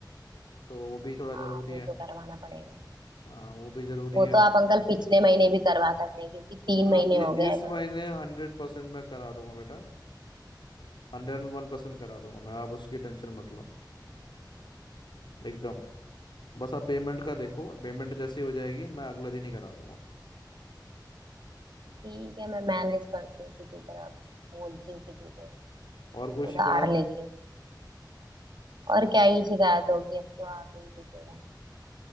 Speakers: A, on the left; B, on the right.
A: तो वो भी थोड़ा
B: हाँ
A: ज़रूरी
B: वो
A: है
B: तो करवाना पड़ेगा
A: हाँ वो भी ज़रूरी
B: वो
A: है
B: तो आप अंकल पिछले महीने भी करवा सकते हैं क्योंकि तीन
A: हाँ
B: महीने
A: इ-
B: हो गए
A: इस महीने
B: मैं
A: हंड्रेड परसेंट मैं करा दूंगा बेटा हंड्रेड वन परसेंट करा दूंगा मैं आप उसकी टेंशन मत लो एकदम बस आप पेमेंट का देखो पेमेंट जैसे ही हो जाएगी मैं अगले दिन ही करा दूंगा
B: ठीक है मैं मैनेज करती हूँ किसी तरह बोलती हूँ किसी से
A: और कोई शिकायत
B: उधार लेके और क्या ही शिकायत होगी अब तो आगे ही दिखेगा